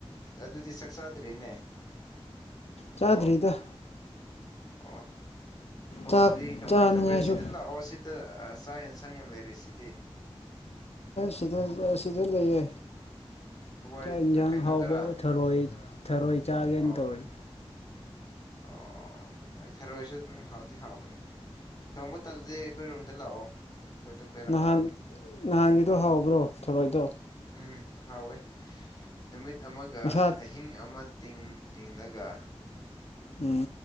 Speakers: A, on the left (about 40°); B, on the left (about 80°).
A: ꯑꯗꯨꯗꯤ ꯆꯥꯛ ꯆꯥꯗ꯭ꯔꯤꯅꯦ
B: ꯆꯥꯗ꯭ꯔꯤꯗ
A: ꯀꯣ ꯑꯣ ꯊꯣꯡꯕꯨꯗꯤ
B: ꯆꯥꯛ
A: ꯀꯃꯥꯏꯅ
B: ꯆꯥꯅꯤꯡꯉꯥꯏꯁꯨ
A: ꯇꯧꯒꯦ ꯁꯤꯗ ꯂꯥꯛꯑꯣ ꯁꯤꯗ ꯆꯆꯥꯥꯛ ꯌꯦꯟꯁꯥꯡ ꯌꯥꯝ ꯂꯩꯔꯤꯁꯤꯗꯤ
B: ꯁꯤꯗ ꯑꯁꯤꯗ ꯂꯩꯌꯦ
A: ꯍꯋꯥꯏ
B: ꯆꯥꯛ ꯌꯦꯟꯁꯥꯡ
A: ꯀꯩꯅꯣꯗꯔꯥ
B: ꯍꯥꯎꯕ ꯊꯔꯣꯏ ꯊꯔꯣꯏ ꯆꯥꯒꯦꯅ
A: ꯑꯣ
B: ꯇꯧꯔꯤ
A: ꯑꯣ ꯑꯩ ꯊꯥꯔꯣꯏꯁꯨ ꯑꯗꯨꯝ ꯍꯥꯎꯗꯤ ꯍꯥꯎꯕꯅꯤ ꯊꯣꯡꯕ ꯇꯜꯁꯦ ꯑꯩꯈꯣꯏ ꯔꯣꯝꯗ ꯂꯥꯛꯑꯣ ꯑꯩꯈꯣꯏꯗ ꯀꯣꯏꯔꯛꯑꯣ
B: ꯅꯍꯥꯟ ꯅꯍꯥꯟꯒꯤꯗꯣ ꯍꯥꯎꯕ꯭ꯔꯣ ꯊꯣꯔꯣꯏꯗꯣ
A: ꯎꯝ ꯍꯥꯎꯋꯦ ꯅꯨꯃꯤꯠ ꯑꯃꯒ
B: ꯃꯁꯥ
A: ꯑꯍꯤꯡ ꯑꯃ ꯇꯤꯡ ꯇꯤꯡꯡꯂꯒ
B: ꯎꯝ